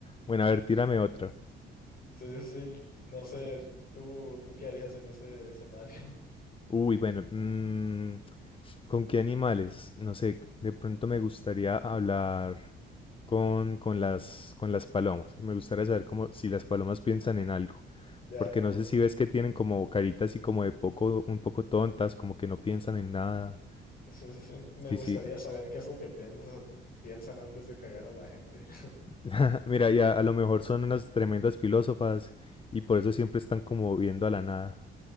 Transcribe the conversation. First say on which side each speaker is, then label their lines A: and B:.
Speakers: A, on the left (about 25°); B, on the left (about 45°).
A: Bueno, a ver, tírame otra.
B: sí, sí, sí. no sé, ¿tú, tú qué harías en ese escenario?
A: Uy, bueno, mm, ¿Con qué animales? No sé, de pronto me gustaría hablar con, con las, con las palomas. Me gustaría saber cómo, si las palomas piensan en algo.
B: Ya,
A: Porque
B: como,
A: no sé
B: que-
A: si ves que tienen como caritas y como de poco, un poco tontas, como que no piensan en nada.
B: sí, sí, sí. Me
A: Sí,
B: gustaría
A: sí.
B: saber qué es lo que piensa- piensan antes de cagar a la gente. <laughs>
A: <laughs> Mira, ya a lo mejor son unas tremendas filósofas y por eso siempre están como viendo a la nada.